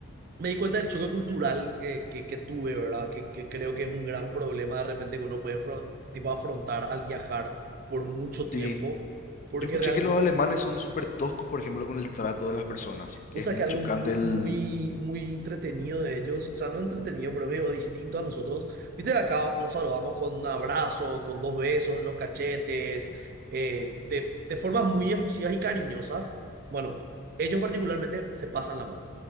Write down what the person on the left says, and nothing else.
Sí,
Yo escuché
que los alemanes son súper toscos, por ejemplo, con el trato de las personas, que
es
muy
chocante
el...